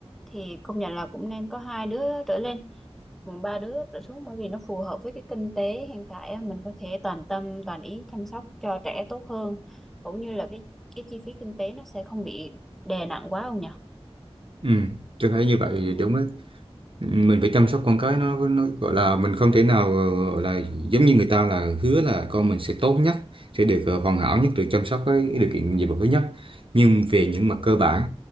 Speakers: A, in the centre; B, on the right.
A: thì công nhận là cũng nên có hai đứa trở lên mà ba đứa trở xuống bởi vì nó phù hợp với cái kinh tế hiện tại á, mình có thể toàn tâm toàn ý chăm sóc cho trẻ tốt hơn cũng như là cái cái chi phí kinh tế nó sẽ không bị đè nặng quá không nhỉ
B: Ừ, tôi thấy như vậy thì
A: ừ
B: đúng đấy. Ừ, Mình phải chăm sóc con cái nó, nó gọi là mình không thể nào ờ, gọi là giống như người ta là hứa là con mình sẽ tốt nhất, sẽ được ờ, hoàn hảo nhất, được chăm sóc với điều kiện gì thứ nhất. Nhưng về những mặt cơ bản